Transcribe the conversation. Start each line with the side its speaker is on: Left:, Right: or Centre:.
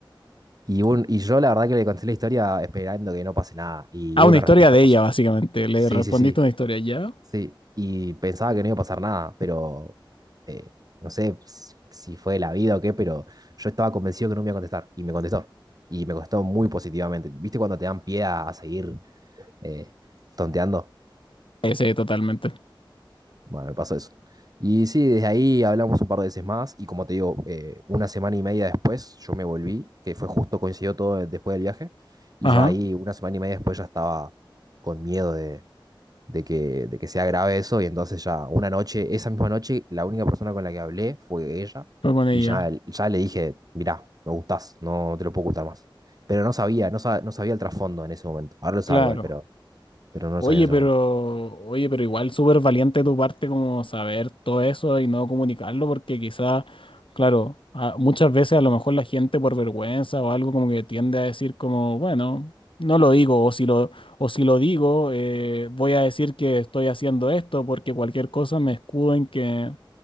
Right: Y, un- y yo la verdad que le conté la historia esperando que no pase nada y
Left: Ah,
Right: hubo
Left: una
Right: una
Left: historia
Right: respuesta
Left: de
Right: positiva.
Left: ella, básicamente. Le
Right: Sí,
Left: respondiste
Right: sí, sí,
Left: una historia, ¿ya?
Right: Sí, y pensaba que no iba a pasar nada, pero eh, no sé si si fue la vida o qué, pero yo estaba convencido que no me iba a contestar y me contestó. Y me contestó muy positivamente. ¿Viste cuando te dan pie a, a seguir eh, tonteando?
Left: Sí, sí, totalmente.
Right: Bueno, me pasó eso. Y sí, desde ahí hablamos un par de veces más y como te digo, eh, una semana y media después yo me volví, que fue justo coincidió todo después del viaje, y
Left: Ajá,
Right: ya ahí una semana y media después ya estaba con miedo de que, de que sea grave eso, y entonces ya una noche, esa misma noche, la única persona con la que hablé fue ella,
Left: fue con
Right: y
Left: ella.
Right: ya, ya le dije, mirá, me gustás, no te lo puedo ocultar más. Pero no sabía, no, sab- no sabía el trasfondo en ese momento. Ahora lo sabe
Left: Claro.
Right: igual, pero, pero no lo
Left: Oye,
Right: sabía en ese
Left: pero,
Right: momento.
Left: oye, pero igual súper valiente de tu parte como saber todo eso y no comunicarlo, porque quizá, claro, a- muchas veces a lo mejor la gente por vergüenza o algo como que tiende a decir como, bueno, no lo digo, o si lo, o si lo digo, eh, voy a decir que estoy haciendo esto, porque cualquier cosa me escudo en que,